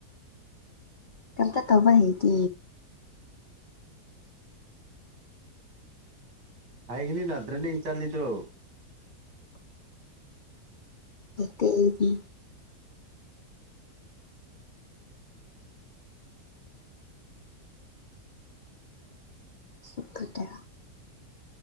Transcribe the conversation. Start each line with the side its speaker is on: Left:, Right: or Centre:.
Left: ꯀꯝꯇ ꯇꯧꯧꯕ ꯍꯦꯇ
Right: ꯍꯥꯏꯒꯅꯤ ꯅꯠꯇ꯭ꯔ ꯅ ꯆꯠꯂꯤꯗꯨꯣ
Left: ꯑꯣꯀꯦ ꯁꯤꯇ